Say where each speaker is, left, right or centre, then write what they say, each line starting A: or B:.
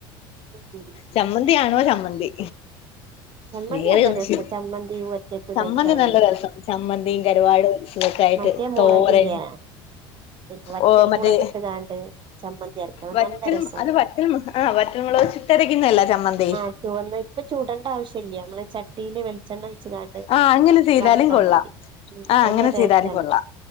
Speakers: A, on the right; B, on the left.
A: <inaudible>
B: ചമ്മന്തിയാണോ ചമ്മന്തി
A: ചമ്മന്തി
B: വേറെ
A: നല്ല
B: ഒന്ന
A: രസാ
B: ശെരി
A: ചമ്മന്തി ഒറ്റക്ക്
B: ചമ്മന്തി
A: കഴിക്കാന്
B: നല്ല രസം ചമ്മന്തിയും
A: ഉം
B: കരിവാാടും തക്കായിട്ട്
A: മറ്റേ മുളകില്ലേ
B: തോരൻ
A: പിന്നെ വറ്റൽ
B: ഓ മറ്റേ
A: മുളകിട്ട്കാണ്ട് ചമ്മന്തി അരക്കണം
B: വറ്റൽ
A: നല്ല രസാണ്
B: അത് വറ്റൽ ആഹ് വറ്റ മൊളക് ചുറ്റരക്കുന്നല്ല ചമ്മന്തി
A: <unintelligible> ഇപ്പ ചുടണ്ട ആവശ്യമില്ല നമ്മള് ചട്ടിയില് വെ - ഭക്ഷണം കഴിച്ച് കാണ്ട്
B: ആഹ് അങ്ങനെ ചെയ്താലും
A: വർത്താ
B: കൊള്ളാം
A: മതി ഉം
B: ആഹ്
A: നല്ല
B: അങ്ങനെ
A: ടേസ്റ്റ്
B: ചെയ്താലും
A: ആണ്
B: കൊള്ളാം